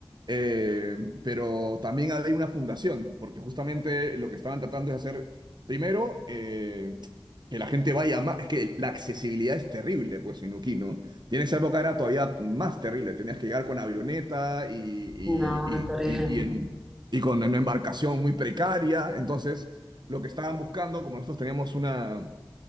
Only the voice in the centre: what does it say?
no,
es terrible.